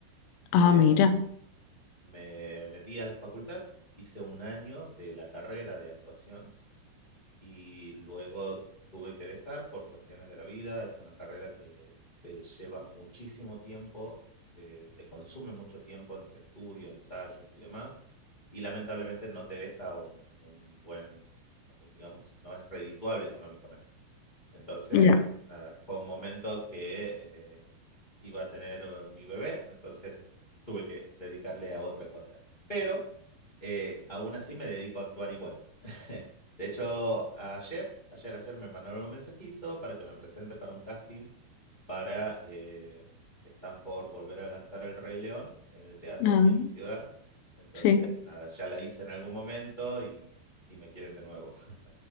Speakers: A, on the left; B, on the left.
A: Eh,
B: Ah, mira.
A: me metí a la facultad, hice un año de la carrera de actuación y luego tuve que dejar por cuestiones de la vida. Es una carrera que te lleva muchísimo tiempo, te, te consume mucho tiempo entre estudio, ensayos y demás. Y lamentablemente no te deja un, un buen, eh, digamos, no es redituable económicamente. Entonces,
B: Ya.
A: nada, fue un momento que eh, iba a tener eh, mi bebé, entonces tuve que dedicarle a otra cosa. Pero eh, aún así me dedico a actuar igual. <laughs> De hecho, ayer, ayer, ayer me mandaron un mensajito para que me presente para un casting para... eh, están por volver a lanzar El Rey León en el teatro
B: Ah,
A: aquí en mi ciudad. Entonces,
B: sí.
A: nada, ya la hice en algún momento y, y me quieren de nuevo. <laughs>